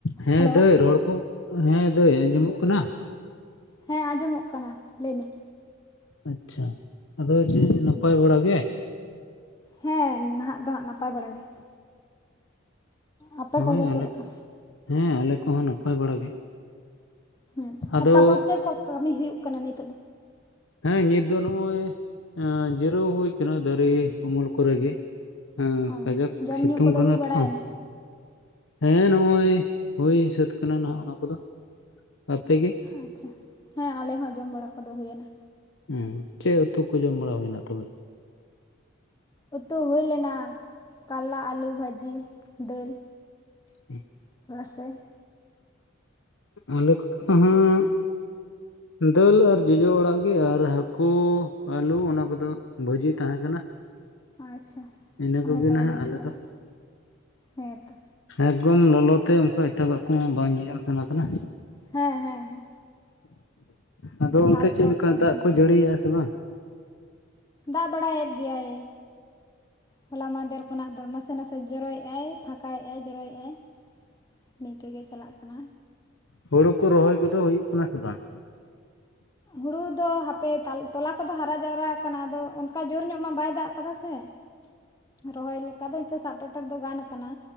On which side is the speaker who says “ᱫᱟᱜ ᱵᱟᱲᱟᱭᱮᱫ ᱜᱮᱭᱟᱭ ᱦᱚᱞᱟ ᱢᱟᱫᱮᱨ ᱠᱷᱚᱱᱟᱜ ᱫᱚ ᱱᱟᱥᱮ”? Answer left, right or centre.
Left